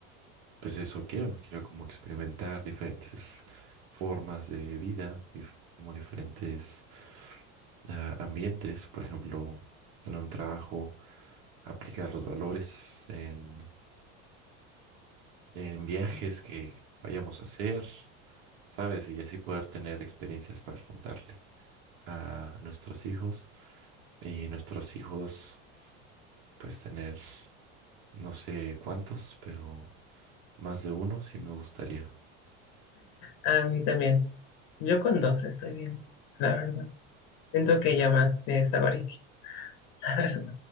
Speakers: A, on the right; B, on the left.
A: pues eso quiero, quiero como experimentar diferentes formas de vida, dif- como diferentes ah, ambientes, por ejemplo, en un trabajo, aplicar los valores en, en viajes que vayamos a hacer, ¿sabes? Y así poder tener experiencias para contarle a nuestros hijos y nuestros hijos, pues tener, no sé cuántos, pero más de uno sí me gustaría.
B: A mí también. Yo con dos estoy bien, la verdad. Siento que ya más es avaricia. <laughs>